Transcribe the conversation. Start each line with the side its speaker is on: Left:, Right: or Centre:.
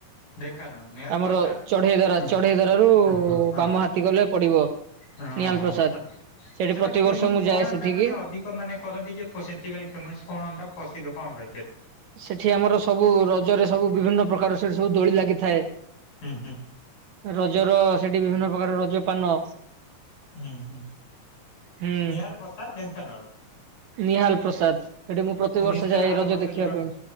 Left: ଢେଙ୍କାନାଳ ନିହାଲ
Right: ଆମର
Left: ପ୍ରସାଦ।
Right: ଚଢେଇ ଦ୍ୟାରା
Left: ହଁ
Right: ଚଢେଇ ଦ୍ୟାରାରୁ
Left: ହଁ ହଁ
Right: ବାମ ହାତୀ ଗଲେ ପଡିବ।
Left: ହଁ
Right: ନିହାଲ
Left: ହଁ
Right: ପ୍ରସାଦ
Left: ସତେକି?
Right: ସେଠି
Left: ସେଟା
Right: ପ୍ରତିବର୍ଷ
Left: କେମିତି
Right: ମୁଁ
Left: କଣ
Right: ଯାଏ ସେଠିକି
Left: ଟା ମାନେ ଅଧିକ ମାନେ କରନ୍ତି ଯେ ସେଥିପାଇଁ ଫେମସ କଣ ପ୍ରସିଦ୍ଧ? କଣ ପାଇଁ ସେଇ
Right: ସେଠି ଆମର ସବୁ ରଜରେ ସବୁ ବିଭିନ୍ନ ପ୍ରକାର ସେଠି ସବୁ ଦୋଳି ଲାଗିଥାଏ।
Left: ହୁଁ ହୁଁ।
Right: ରଜର ସେଠି ବିଭିନ୍ନ ପ୍ରକାର ରଜ ପାନ
Left: ହୁଁ ହୁଁ
Right: ହୁଁ
Left: ସ୍ନେହାଳ ପ୍ରସାଦ ଢେଙ୍କାନଳ।
Right: ନିହାଲ ପ୍ରସାଦ ସେଠି ମୁଁ ପ୍ରତିବର୍ଷ
Left: ନିଶ୍ଚୟ
Right: ଯାଏ
Left: ଆର
Right: ରଜ
Left: ବର୍ଷ
Right: ଦେଖିବା
Left: ଯିବାକୁ
Right: ପାଇଁ।